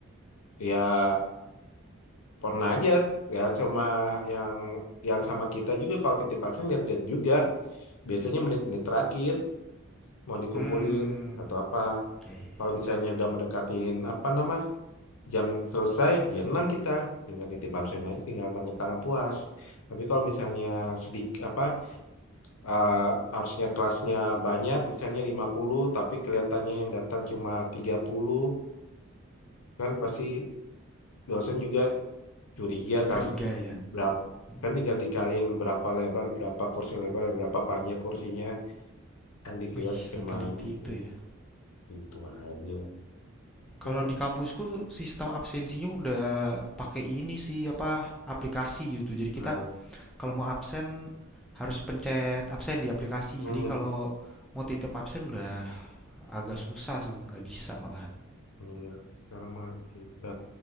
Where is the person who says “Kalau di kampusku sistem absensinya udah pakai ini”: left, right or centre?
Centre